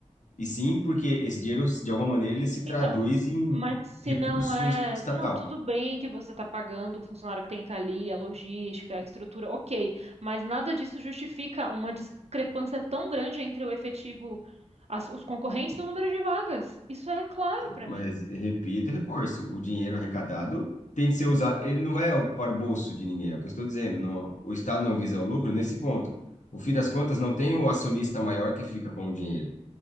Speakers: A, on the left (about 85°); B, on the right (about 60°).
A: E sim, porque esse dinheiro, de alguma maneira, ele se traduz
B: Então,
A: em
B: mas se
A: recurso
B: não é.
A: estatal.
B: Não, tudo bem que você está pagando o funcionário que tem que estar ali, a logística, a estrutura, ok. Mas nada disso justifica uma discrepância tão grande entre o efetivo, as- os concorrentes e o número de vagas. Isso é claro para
A: Mas,
B: mim.
A: repito, recurso. O dinheiro arrecadado tem de ser usado. Ele não vai ao- para o bolso de ninguém, é o que eu estou dizendo. Não, o Estado não visa o lucro nesse ponto. No fim das contas, não tem o acionista maior que fica com o dinheiro.